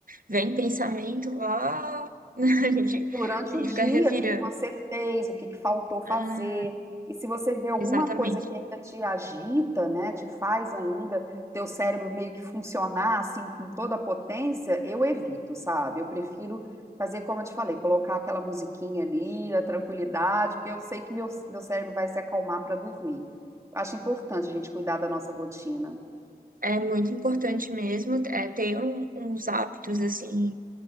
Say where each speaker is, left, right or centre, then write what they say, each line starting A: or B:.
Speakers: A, on the right; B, on the right.
A: Vem pensamento lá, <laughs> a gente,
B: Durante
A: a gente
B: o dia,
A: fica revirando.
B: o que que você fez, o que que faltou fazer.
A: Ah,
B: E se você vê alguma
A: exatamente.
B: coisa que ainda te agita, né, te faz ainda teu cérebro meio que funcionar assim com toda a potência, eu evito, sabe? Eu prefiro fazer como eu te falei, colocar aquela musiquinha ali na tranquilidade, porque eu sei que meu, meu cérebro vai se acalmar para dormir. Acho importante a gente cuidar da nossa rotina.
A: É muito importante mesmo é, ter um- uns hábitos assim